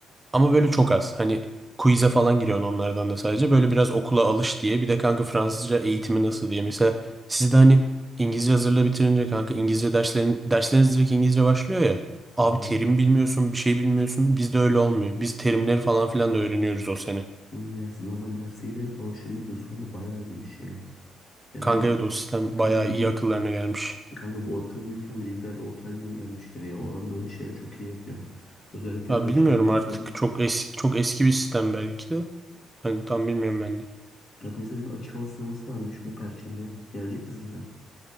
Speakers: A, on the right; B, on the left.
A: Ama böyle çok az. Hani quiz'e falan giriyorsun onlardan da sadece. Böyle biraz okula alış diye. Bir de kanka Fransızca eğitimi nasıl diye. Mesela sizde hani İngilizce hazırlığı bitirince kanka İngilizce derslerin, dersleriniz direkt İngilizce başlıyor ya. Abi
B: Aynen.
A: terim bilmiyorsun, bir şey bilmiyorsun. Bizde öyle olmuyor. Biz terimleri falan filan da öğreniyoruz o sene.
B: Hmm, Yani siz normal derse giderek alıştırmıyoruz kanka bayağı iyiymiş ya. Yani
A: Kanka
B: bu
A: evet o sistem
B: kanka
A: bayağı
B: bu
A: iyi akıllarına gelmiş.
B: kanka bu akıl büyük ihtimalle İlber Ortaylı'dan gelmiştir ya. O adam böyle şeyleri çok iyi yapıyor. Özellikle
A: Ya
B: böyle
A: bilmiyorum
B: şeyde olsun.
A: artık çok eski çok eski bir sistem belki de. Hani tam bilmiyorum ben de.
B: Kanka mesela sizin açık hava sineması varmış bu perşembe. Gelecek misin sen?